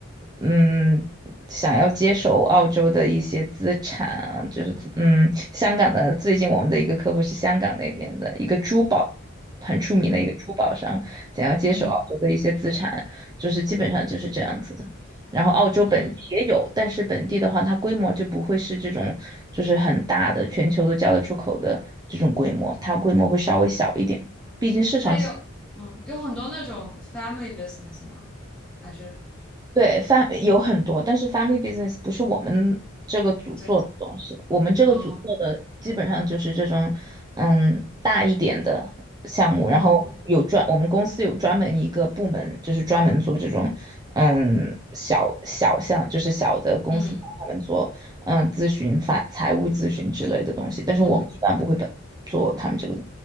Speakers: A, on the right; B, in the centre.
A: 嗯，想要接手澳洲的一些资产啊，就是嗯，香港的最近我们的一个客户是香港那边的一个珠宝很出名的一个珠宝商，
B: 嗯。
A: 想要接手澳洲的一些资产，
B: 嗯
A: 就是基本上就是这样子的。然后澳洲本地也有，
B: 嗯，
A: 但是本地的话，它规模就不会是这种就是很大的，全球都叫得出口的这种规模，它规模会稍微小一点，毕竟市场
B: 那有嗯有很多那种 family business 吗？还是
A: 对，fam 有很多，但是 family business 不是我们这个组做的东西，
B: 对
A: 我们这个组做的基本上就是这种，
B: 哦
A: 嗯，大一点的项目，然后有专，
B: 嗯
A: 我们公司有专门一个部门，就是专门做这种，嗯，小小项，就是小的公司帮他们做，
B: 嗯
A: 嗯，咨询、法、财务咨询之类的东西，但是我们一般不会本做他们这个，
B: 嗯，